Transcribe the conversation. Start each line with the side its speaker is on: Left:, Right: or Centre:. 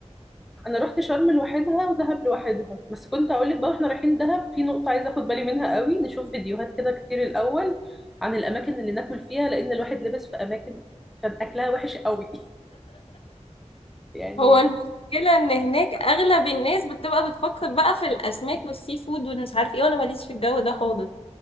Centre: انا رحت شرم لوحدها ودهب لوحدها بس كنت هقول لك بقى واحنا رايحين دهب في نقطه عايزه اخد بالي منها قوي نشوف فيديوهات كده كتير الاول عن الاماكن اللي ناكل فيها لان الواحد لبس في اماكن كان اكلها وحش قوي <laughs> يعني
Left: هو المشكلة إن هناك أغلب الناس بتبقى بتفكر بقى في الأسماك والسي فود ومش عارف ايه وأنا ماليش في الجو ده خالص